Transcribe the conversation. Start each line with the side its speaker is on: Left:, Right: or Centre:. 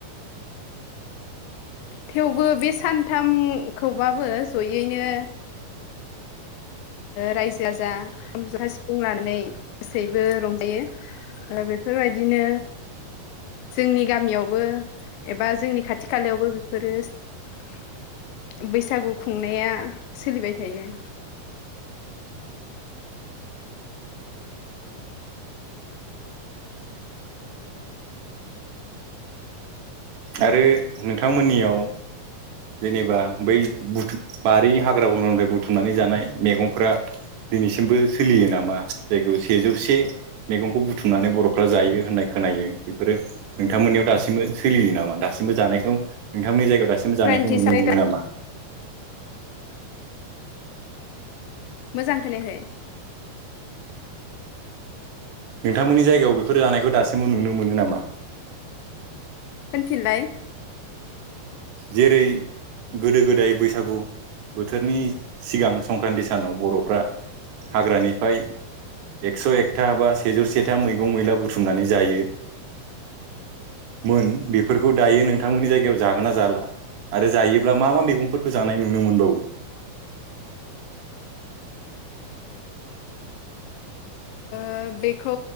Left: थेवबो बे सानथामखौबाबो जयैनो रायजो राजा खाम जथा सिफुं लानानै गासैबो रंजायो ओ बेफोरबायदिनो जोंनि गामियावबो एबा जोंनि खाथि खालायावबो बेफोरो बैसागु खुंनाया सोलिबाय थायो।
Right: आरो नोंथांमोननियाव जेनेबा बै बुथुम बारिनि हाग्रा बंग्रानिफ्राय बुथुमनानै जानाय मैगंफ्रा दिनैसिमबो सोलियो नामा जायखौ सेजौसे मैगंखौ बुथुमनानै बर'फ्रा जायो होननाय खोनायो बेफोरो नोंथांमोननियाव दासिमबो सोलियो नामा दासिम दासिमबो जानायखौ नोंथांमोननि जायगायाव दासिमबो जानायखौ
Left: मोजां
Right: नुनो मोनो नामा?
Left: मोजांखोनायाखै
Right: नोंथांमोननि जायगायाव बेफोर जानायखौ दासिमबो नुनो मोनो नामा?
Left: होनफिनलाय
Right: जेरै गोदो गोदाय बैसागु बोथोरनि सिगां संक्रान्ति सानाव बर'फ्रा हाग्रानिफ्राय एकस' एकथा बा सेजौ सेथा मैगं मैला बुथुमनानै जायो मोन बेफोरखौ दायो नोंथांमोननि जायगायाव जागोन ना
Left: अ
Right: जाला आरो जायोब्ला मा मा मैगंफोरखौ जानाय नुनो मोनबावो? <inaudible>
Left: ओ बेखौ